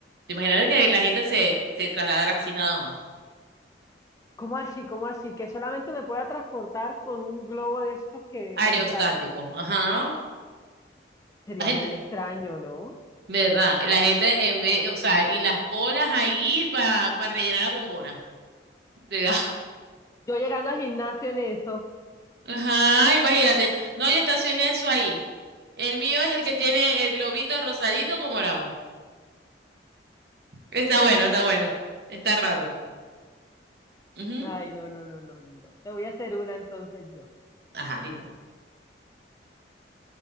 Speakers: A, on the right (about 55°); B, on the left (about 15°).
A: Te imaginas que la gente se, se trasladara así nada más.
B: ¿Cómo así? ¿Cómo así? Que solamente me pueda transportar con un globo de esos que
A: Aerostático,
B: aerostáticos.
A: ajá.
B: Sería
A: La gente,
B: muy extraño, ¿no?
A: ¿Verdad? La gente en vez, o sea, y las colas ahí para rellenar la bombona. Diga.
B: Yo llegando al gimnasio en eso.
A: <laughs> Ajá, imagínate. No, yo estacioné eso ahí. El mío es el que tiene el globito rosadito con morado. Está
B: <laughs>
A: bueno, está bueno. Está raro. Ujú.
B: Ay, no, no, no, no, no. no. Te voy a hacer una entonces yo.
A: Ajá, dime.